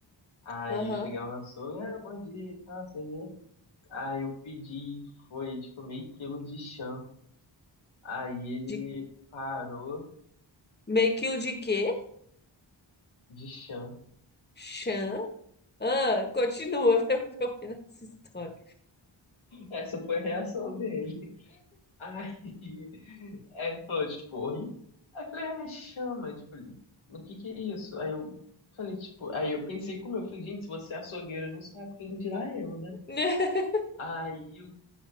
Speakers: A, on the left; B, on the left.
A: Aí
B: aham.
A: eu cheguei lá no açougue, ah, bom dia e tal, você vê. Aí eu pedi, foi tipo meio quilo de chã. Aí ele
B: De
A: parou
B: meio quilo de quê?
A: de chã
B: Chã? Ah, continua <laughs> pra eu pra eu ouvir essa história.
A: Essa foi a reação dele. <laughs> Aí, aí ele falou, tipo, oi? Aí eu falei, ah, chama, tipo, ele, o que que é isso? Aí eu falei, tipo, aí eu pensei como eu falei, gente, se você é açougueiro, não sabe quem dirá eu, né?
B: <laughs>
A: Aí, eu-